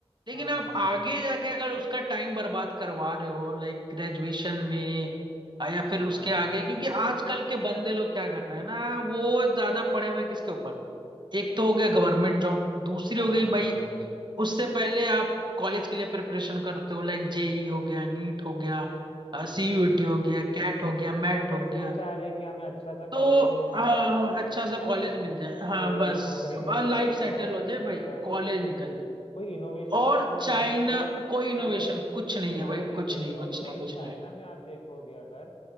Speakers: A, on the right; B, on the left.
A: लेकिन
B: हाँ
A: आप
B: हाँ
A: आगे जाके अगर उसका टाइम बर्बाद करवा रहे हो लाइक ग्रेजुएशन में आ, या फिर उसके
B: हाँ
A: आगे क्योंकि आजकल के बंदे लोग क्या कर रहे हैं ना वो ज्यादा पढ़े हुए हैं किसके ऊपर एक तो हो गया गवर्नमेंट जॉब दूसरी
B: हाँ
A: हो गई भाई
B: हाँ
A: उससे पहले आप कॉलेज के लिए प्रिपरेशन करते हो लाइक जेई हो गया नीट हो गया सीयूईटी
B: तो
A: हो गया कैट हो गया मैट
B: वो बस
A: हो गया
B: ये चाह रहे कि हमें अच्छा सा
A: तो
B: कॉलेज मिल जाए
A: हाँ हाँ
B: और
A: अच्छा सा
B: हमें
A: कॉलेज मिल जाए हाँ
B: कोई
A: बस
B: नौकरी मिल
A: लाइफ
B: जाएगी
A: सेटल
B: कॉलेज
A: हो जाए भाई
B: बस
A: कॉलेज
B: वही
A: निकल
B: चीज
A: जाए
B: कोई इनोवेशन
A: और
B: या कोई
A: चाइना
B: नई चीज
A: कोई इनोवेशन
B: के तरफ
A: कुछ नहीं
B: ध्यान
A: है भाई
B: नहीं
A: कुछ
B: दे
A: नहीं
B: रहे और
A: कुछ
B: वही
A: नहीं कुछ
B: चाइना
A: नहीं
B: में आप देखोगे अगर